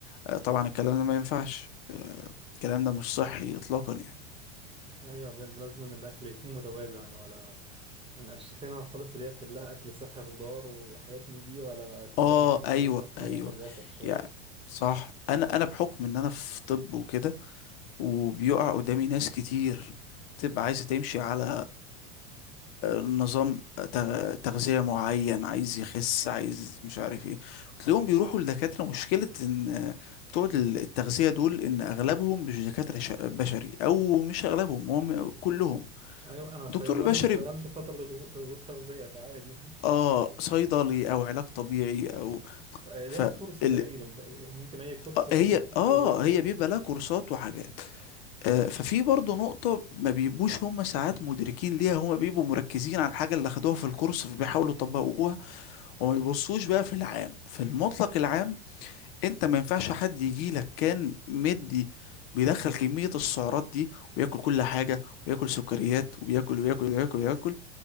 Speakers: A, on the left (about 60°); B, on the right (about 15°).
A: آه، طبعا الكلام ده ما ينفعش آه، الكلام ده مش صحي اطلاقا يعني
B: ايوه بجد لازم إن الاكل يكون متوازن يعني ولا مقشفينها خالص اللي هي كلها أكل صحي خضار وحاجات من دي ولا كلها
A: اه
B: دهون؟
A: ايوه
B: لازم حاجة
A: ايوه
B: في الوسط شوية
A: يعني صح انا انا بحكم ان انا في طب وكده وبيقع قدامي ناس كتير بتبقى عايزة تمشي على نظام تغ- تغذية معين عايز يخس عايز مش عارف ايه وتلاقيهم بيروحوا لدكاترة مشكلة ان بتوع التغذية دول ان اغلبهم مش دكاترة ش- بشري او مش اغلبهم هم كلهم
B: أيوة أنا
A: دكتور
B: صيدلي
A: بشري
B: واشتغلت فترة دكتور دكتور تغذية فعادي
A: اه صيدلي او علاج طبيعي او
B: <laughs> ليها
A: ف
B: كورس تقريبا
A: ال...
B: ممكن أي كورس
A: آه،
B: ياخد
A: هي
B: دكتور
A: اه
B: تغذية والله
A: هي بيبقى لها كورسات وحاجات آه ففي برضه نقطة ما بيبقوش هم ساعات مدركين ليها هم بيبقوا مركزين على الحاجة اللي اخدوها في الكورس فبيحاولوا يطبقوها وما يبصوش بقى في العام في المطلق العام انت ما ينفعش حد يجي لك كان مدي بيدخل كمية السعرات دي وياكل كل حاجة وياكل سكريات وبياكل وياكل وياكل وياكل